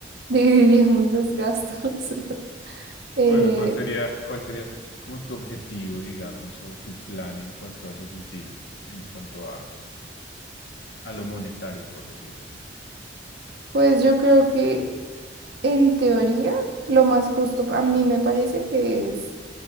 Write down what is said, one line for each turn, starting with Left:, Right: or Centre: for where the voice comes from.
Right: Dividiríamos los gastos. <laughs> Eh,
Left: Bueno, ¿cuál sería, cuál sería como tu objetivo, digamos, o tu plan en cuanto a ese sentido, en cuanto a, a lo monetario, por decirlo así?
Right: pues yo creo que en teoría lo más justo a mí me parece que es